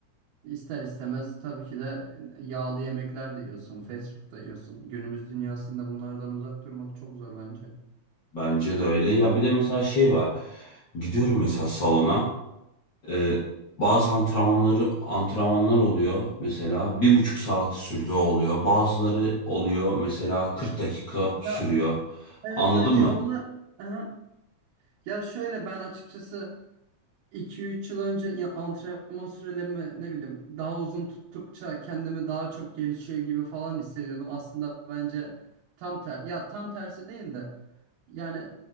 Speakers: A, on the right; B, on the left.
A: ister istemez tabii ki de yağlı yemekler de yiyorsun, fast food da yiyorsun. Günümüz dünyasında bunlardan uzak durmak çok zor bence.
B: bence de öyle. Ya bir de mesela şey var. Gidiyorum mesela salona. Ee, bazı antrenmanları antrenmanlar oluyor mesela bir buçuk saat sürdüğü oluyor. Bazıları oluyor mesela 40 dakika sürüyor.
A: Ya evet
B: Anladın
A: bence
B: mı?
A: onlar Aha, Ya şöyle ben açıkçası iki üç yıl önce ya antrenman sürelerimi ne bileyim daha uzun tuttukça kendimi daha çok gelişiyor gibi falan hissediyordum. Aslında bence tam ter ya tam tersi değil de yani